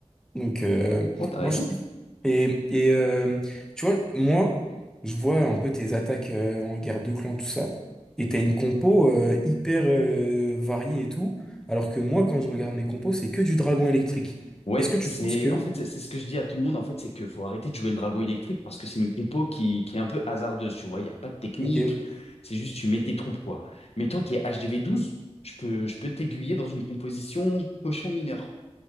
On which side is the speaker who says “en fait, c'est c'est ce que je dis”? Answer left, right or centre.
Left